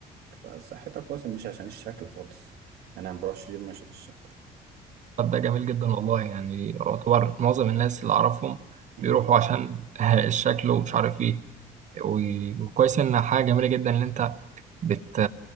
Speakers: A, on the right (about 70°); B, on the right (about 45°).
A: تبقى صحتك كويسة مش عشان الشكل خالص أنا ما بروحش جيم عشان الشكل
B: طب ده جميل جدا والله يعني يعتبر معظم الناس اللي اعرفهم
A: مم.
B: بيروحوا عشان <laughs> الشكل ومش عارف ايه و- وكويس ان حاجه جميله جدا ان انت بت